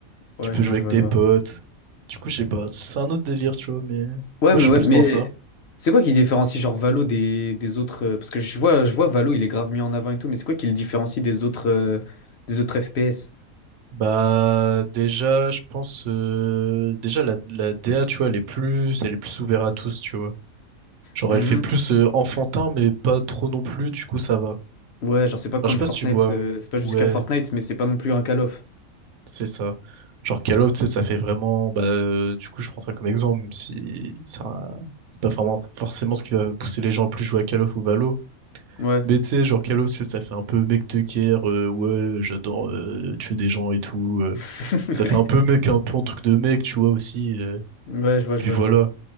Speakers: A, on the left; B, on the right.
A: Ouais,
B: Tu peux
A: je vois,
B: jouer
A: je
B: avec
A: vois,
B: des
A: je vois.
B: potes. Du coup, je sais pas. C'est un autre délire, tu vois, mais moi,
A: Ouais, mais
B: je suis
A: ouais,
B: plus
A: mais
B: dans ça.
A: c'est quoi qui différencie genre Valo des, des autres euh, Parce que je vois, je vois Valo, il est grave mis en avant et tout, mais c'est quoi qui le différencie des autres, euh, des autres FPS?
B: Bah déjà, je pense euh, déjà la, la DA, tu vois, elle est plus, elle est plus ouverte à tous, tu vois. Genre
A: Mhm.
B: elle fait plus euh, enfantin, mais pas trop non plus, du coup ça va.
A: Ouais, genre c'est pas
B: Enfin,
A: comme
B: je sais pas
A: Fortnite,
B: si tu vois.
A: euh, c'est pas
B: Ouais,
A: jusqu'à Fortnite, mais c'est pas non plus un Call of.
B: c'est ça. Genre Call of, tu sais, ça fait vraiment, bah euh, du coup je prends ça comme exemple, même si ça, c'est pas vraiment forcément ce qui va pousser les gens à plus jouer à Call of ou Valo.
A: Ouais.
B: Mais tu sais, genre Call of, tu sais, ça fait un peu mec de guerre, euh, ouais, j'adore euh, tuer des gens et tout. euh.
A: <laughs>
B: Ça fait un peu mec, un peu un truc de mec, tu vois aussi. euh.
A: Ouais, je vois, je
B: Puis
A: vois,
B: voilà.
A: je vois.